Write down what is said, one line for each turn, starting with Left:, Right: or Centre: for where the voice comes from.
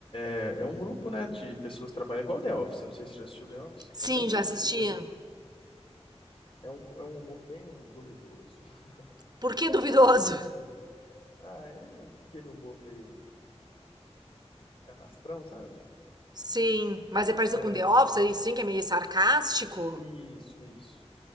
Left: É um grupo, né, de pessoas que trabalham igual The Office. Eu não sei se você já assistiu The Office.
Right: Sim,
Left: É bem parecido
Right: já assisti.
Left: ali. É um, é um humor bem duvidoso. <laughs>
Right: Por que duvidoso?
Left: Igual The Office ali. Ah, é aquele humor meio canastrão, sabe?
Right: Sim, mas é parecido
Left: É,
Right: com The Office, aí sim, que é meio sarcástico.
Left: isso, isso.